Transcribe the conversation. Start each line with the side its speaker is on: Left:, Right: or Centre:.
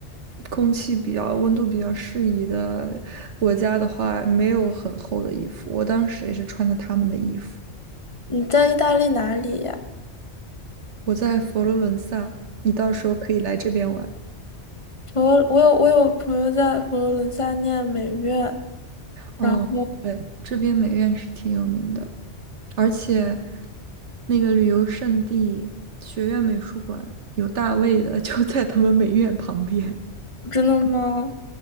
Right: 空气比较、温度比较适宜的国家的话，没有很厚的衣服。我当时也是穿的他们的衣服。
Left: 你在意大利哪里呀？
Right: 我在佛罗伦萨，你到时候可以来这边玩。
Left: 我我有我有朋友在佛罗伦萨念美院，
Right: 嗯，
Left: 然后
Right: 对，这边美院是挺有名的，而且那个旅游胜地学院美术馆有大卫的，<laughs> 就在他们美院旁边。
Left: 真的吗？